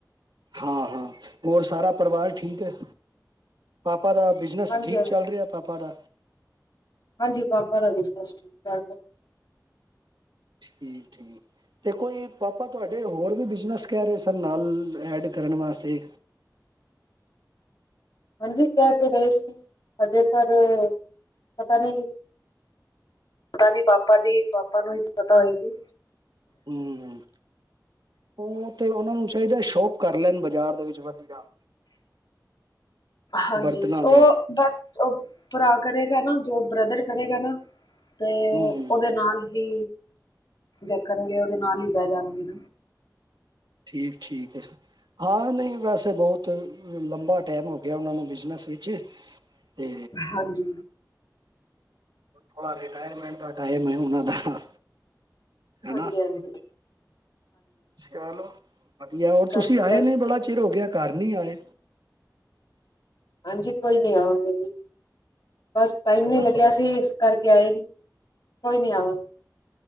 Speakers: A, on the right; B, on the left.
A: ਹਾਂ ਹਾਂ ਹੋਰ ਸਾਰਾ ਪਰਿਵਾਰ ਠੀਕ ਹੈ ਪਾਪਾ ਦਾ ਬਿਜਨਸ
B: ਹਾਂਜੀ
A: ਠੀਕ ਚੱਲ ਰਿਹਾ ਪਾਪਾ ਦਾ
B: ਹਾਂਜੀ ਪਾਪਾ ਦਾ ਬਿਜਨਸ ਠੀਕ-ਠਾਕ ਏ।
A: ਠੀਕ-ਠੀਕ ਤੇ ਕੋਈ ਪਾਪਾ ਤੁਹਾਡੇ ਹੋਰ ਵੀ ਬਿਜਨਸ ਕਹਿ ਰਹੇ ਸਨ ਨਾਲ ਐਡ ਕਰਨ ਵਾਸਤੇ।
B: ਹਾਂਜੀ ਕਹਿ ਤੇ ਰਹੇ ਸੀ ਹਜੇ ਪਰ ਪਤਾ ਨਹੀਂ ਪਤਾ ਨੀ ਪਾਪਾ ਦੀ ਪਾਪਾ ਨੂੰ ਹੀ ਪਤਾ ਹੋਏਗੀ।
A: ਹੂੰ ਉਹ ਤੇ ਉਹਨਾਂ ਨੂੰ ਚਾਹੀਦਾ ਸ਼ੋਪ ਕਰ ਲੈਣ ਬਾਜ਼ਾਰ ਦੇ ਵਿੱਚ ਵਧੀਆ
B: ਹਾਂਜੀ,
A: ਬਰਤਨਾਂ
B: ਉਹ
A: ਦੀ
B: ਬਸ ਉਹ ਭਰਾ ਕਰੇਗਾ ਨਾ, ਜੋ ਬ੍ਰਦਰ ਕਰੇਗਾ ਨਾ, ਤੇ
A: ਹਮ
B: ਉਹਦੇ ਨਾਲ ਹੀ ਦੇਖਣਗੇ, ਉਹਦੇ ਨਾਲ ਹੀ ਬਹਿ ਜਾਣਗੇ
A: ਠੀਕ-ਠੀਕ ਏ, ਹਾਂ ਨਹੀਂ ਵੈਸੇ ਬਹੁਤ ਲੰਬਾ ਟੈਮ ਹੋ ਗਿਆ ਉਹਨਾਂ ਨੂੰ ਬਿਜਨਸ ਵਿੱਚ ਤੇ
B: ਹਾਂਜੀ
A: ਥੋੜਾ ਰਿਟਾਇਰਮੈਂਟ ਦਾ ਟਾਈਮ ਹੈ ਉਹਨਾਂ ਦਾ ਹਨਾ
B: ਹਾਂਜੀ-ਹਾਂਜੀ।
A: ਚਲੋ ਵਧੀਆ
B: ਇਸ
A: ਹੋਰ
B: ਕਰਕੇ
A: ਤੁਸੀਂ ਆਏ
B: ਬਸ
A: ਨੇ ਬੜਾ ਚਿਰ ਹੋ ਗਿਆ ਘੱਰ ਨੀ ਆਏ
B: ਹਾਂਜੀ ਕੋਈ ਨੀ ਆਵਾਂਗੇ ਜੀ ਬਸ ਟਾਈਮ
A: ਹਨਾ
B: ਨੀ ਲੱਗਿਆ ਸੀ। ਕਰਕੇ ਆਏ ਨੀ ਕੋਈ ਨੀ ਆਵਾਂਗੇ।